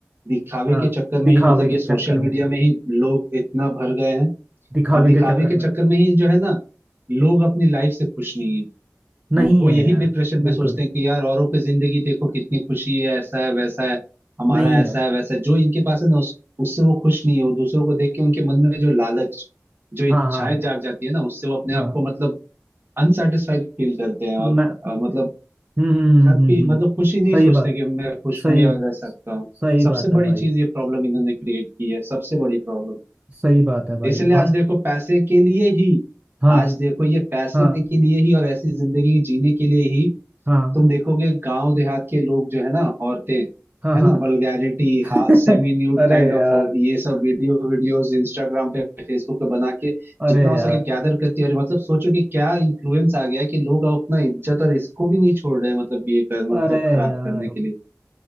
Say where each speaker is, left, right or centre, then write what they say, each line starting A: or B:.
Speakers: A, on the right (about 40°); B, on the right (about 25°).
A: दिखावे
B: हाँ
A: के चक्कर में
B: दिखावे
A: ही मतलब
B: के
A: ये सोशल
B: चक्कर
A: मीडिया
B: में
A: में ही लोग इतना भर गए हैं
B: दिखावे
A: और दिखावे
B: के चक्कर
A: के
B: में
A: चक्कर में ही जो है ना लोग अपनी लाइफ से खुश नहीं है
B: नहीं
A: वो वो
B: है
A: यही
B: यार
A: डिप्रेशन
B: बिल्कुल
A: में सोचते हैं कि यार औरों की जिंदगी देखो कितनी खुशी है ऐसा है वैसा है हमारा
B: नहीं
A: ऐसा
B: है यार
A: है वैसा है जो इनके पास है ना उस उससे वो खुश नहीं है वो दूसरों को देख के उनके मन में जो लालच जो इच्छाएं
B: हाँ हाँ
A: जाग जाती है ना उससे वो अपने आप
B: हाँ
A: को मतलब अनसेटिस्फाइड फील करते हैं और
B: मैं हम्म
A: अ, मतलब
B: हम्म हम्म,
A: हैप्पी
B: हम्म, हम्म।
A: मतलब खुशी नहीं
B: सही
A: सोचते
B: बात
A: कि मैं खुश
B: सही
A: हूं या रह सकता हूँ
B: सही
A: सबसे
B: बात है
A: बड़ी
B: भाई
A: चीज ये प्रॉब्लम इन्होंने क्रिएट की है सबसे बड़ी प्रॉब्लम
B: सही बात है भाई
A: इसलिए
B: भा,
A: आज देखो पैसे के लिए ही
B: हाँ
A: आज देखो ये पैसे
B: हाँ
A: के लिए ही और ऐसी जिंदगी जीने के लिए ही
B: हाँ
A: तुम देखोगे गांव देहात के लोग जो है ना औरतें
B: हाँ
A: है
B: हाँ
A: ना वल्गैरिटी हा
B: <laughs>
A: सेमी न्यूड
B: अरे
A: काइंड ऑफ
B: यार
A: ये सब वीडियो वीडियोस इंस्टाग्राम पे फेसबुक पे बना के
B: अरे
A: जितना हो
B: यार
A: सके गैदर करती है और मतलब सोचो कि क्या इन्फ्लुएंस आ गया है कि लोग अब अपना इज्जत और इसको भी नहीं छोड़ रहे हैं, मतलब ये कर मतलब
B: अरे
A: खराब
B: यार
A: करने के लिए